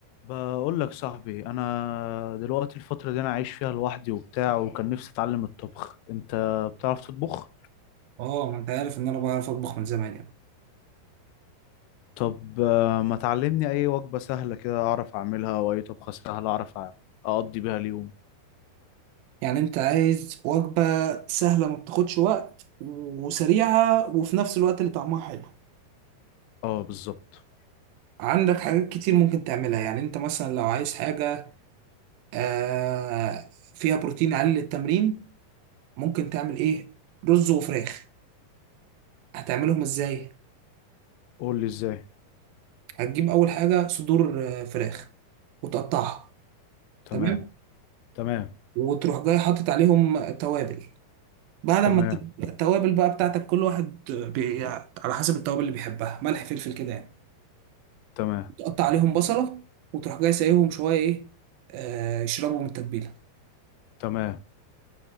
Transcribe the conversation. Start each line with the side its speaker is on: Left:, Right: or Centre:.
Left: بقول لك صاحبي انا دلوقتي الفتره دي انا عايش فيها لوحدي وبتاع وكان نفسي اتعلم الطبخ انت بتعرف تطبخ
Right: اه ما انت عارف ان انا بعرف اطبخ من زمان يعني
Left: طب آه، ما تعلمني اي وجبه سهله كده اعرف اعملها واي طبخه سهله اعرف أ- اقضي بيها اليوم
Right: يعني انت عايز وجبة سهلة ما بتاخدش وقت وسريعة وفي نفس الوقت اللي طعمها حلو
Left: اه بالظبط
Right: عندك حاجات كتير ممكن تعملها يعني انت مثلا لو عايز حاجة آه فيها بروتين عالي للتمرين ممكن تعمل ايه رز وفراخ هتعملهم ازاي
Left: قول لي ازاي
Right: هتجيب اول حاجة صدور آه، فراخ وتقطعها
Left: تمام
Right: تمام
Left: تمام
Right: وتروح جاي حاطط عليهم توابل بعد
Left: تمام
Right: ما الت- التوابل بقى بتاعتك كل واحد بي... على حسب التوابل اللي بيحبها ملح فلفل كده يعني
Left: تمام
Right: تقطع عليهم بصلة وتروح جاي سايبهم شوية ايه آه يشربوا من التتبيلة
Left: تمام